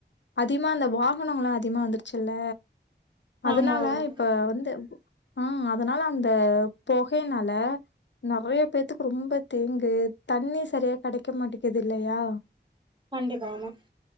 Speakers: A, on the left; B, on the right.
A: அதிமா அந்த வாகனங்களு அதிகமா வந்துருச்சுல்ல அதனால
B: ஆமா ஆமா
A: இப் ப்ப வந்து ஆ அதனால அந்த பொகையனால நெறையப் பேத்துக்கு ரொம்பத் தேங்கு தண்ணி செரியாக் கெடைக்க மாட்டேக்குது இல்லையா
B: கண்டிப்பா ஆமா